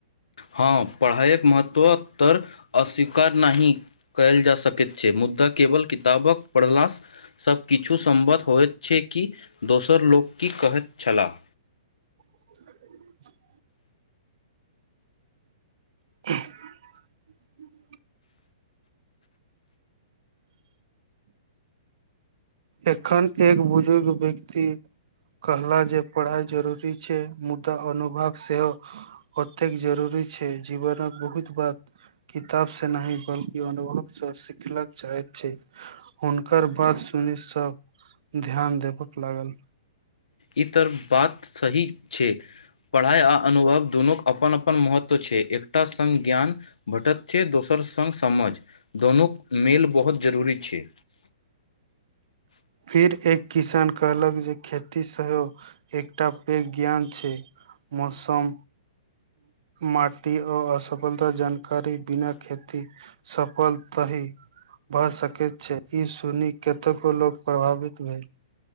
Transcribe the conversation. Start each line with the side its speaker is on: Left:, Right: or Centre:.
Left: हँ पढ़ाइके महत्वतर अस्वीकार नहि कएयल जा सकैत। छै मुद्दा केवल किताबक पढ़लासॅं सभ किछु सम्बत होइत छै। कि दोसर लोक की कहैत छलाह?
Right: <unintelligible> <inaudible> एखन एक बुजुर्ग व्यक्ति कहला जे पढ़ाइ जरूरी छै मुदा अनुभव सेहो ओतेक जरूरी छै जीवनक बहुत बात किताब से न बल्कि अनुभव से सिखलक चाहैत छै हुनकर बात सुनि सब ध्यान देबक लागल
Left: ई त बात सही छै पढ़ाइ आ अनुभव दुनू अपन अपन महत्व छै एकटा संग ज्ञान भेटत छै दोसर सङ्ग समझ दुनू मेल बहुत जरूरी छै
Right: फिर एक किसान कहलक जे खेती सय एकटा पैघ ज्ञान छै मौसम माटी अऽ असफलता जानकारी बिना खेती सफलता ही भए सकैत छै ई सुनी कतेको लोक प्रभावित भेल